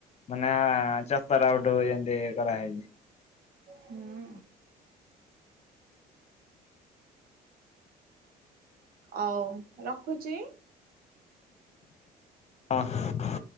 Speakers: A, on the left; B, on the right.
A: ମାନେ ଚପା ରାଉଟ୍ ଯେମିତି କରାହେଇଛି।
B: ହୁଁ ଅଉ ରଖୁଛି
A: ହଁ।